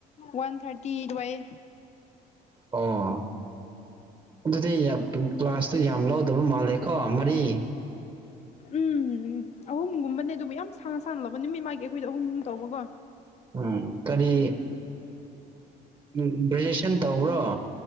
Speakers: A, on the left (about 40°); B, on the right (about 30°).
A: ꯋꯥꯟ ꯊꯥꯔꯇꯤ ꯑꯗꯨꯋꯥꯏ
B: ꯑꯣ ꯑꯗꯨꯗꯤ ꯌꯥꯝ <unintelligible> ꯀ꯭ꯂꯥꯁꯇꯨ ꯌꯥꯝ ꯂꯧꯗꯕ ꯃꯥꯜꯂꯦꯀꯣ ꯃꯔꯤ
A: ꯎꯝ ꯑꯍꯨꯝꯒꯨꯝꯕꯅꯦ ꯑꯗꯨꯕꯨ ꯌꯥꯝ ꯁꯥꯡꯅ ꯁꯥꯡꯅ ꯂꯕ ꯅꯨꯃꯤꯠ ꯃꯥꯒꯤ ꯑꯩꯈꯣꯏꯗ ꯑꯍꯨꯝ ꯑꯍꯨꯝ ꯇꯧꯕꯀꯣ
B: ꯎꯝ ꯀꯔꯤ ꯎ ꯒ꯭ꯔꯦꯖꯨꯑꯦꯁꯟ ꯇꯧꯕ꯭ꯔꯣ